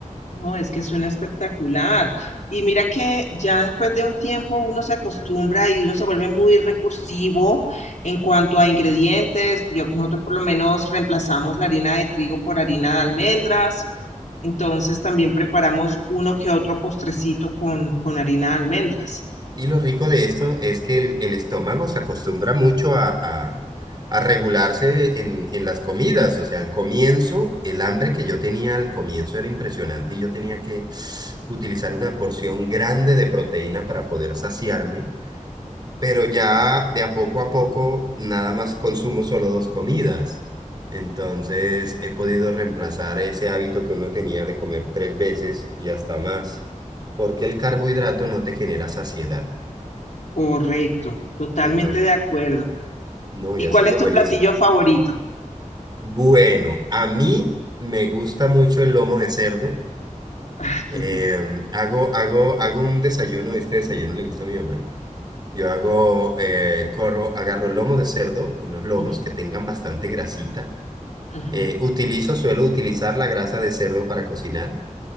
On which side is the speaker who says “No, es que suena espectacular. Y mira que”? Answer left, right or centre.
Left